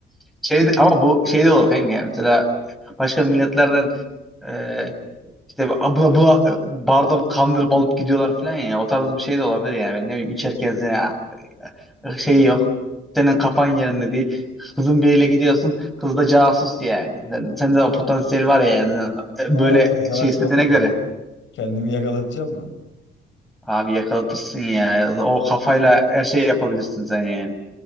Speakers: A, in the centre; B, on the left.
A: şey ama bu şey de olur kanka. Mesela başka milletlerden e, işte abla bula barda kandırıp alıp gidiyorlar falan ya. O tarz bir şey de olabilir yani. Böyle Ne bileyim içerken sana şey yok. Senin kafan yerinde değil. Kızın biriyle gidiyorsun. Kız da casus yani. Sen, sende o potansiyel var ya yani.
B: Aa,
A: Böyle
B: yakalatacağım
A: şey istediğine
B: mı kendimi?
A: göre.
B: Kendimi yakalatacağım mı?
A: Abi yakalatırsın ya. O kafayla her şeyi yapabilirsin sen yani.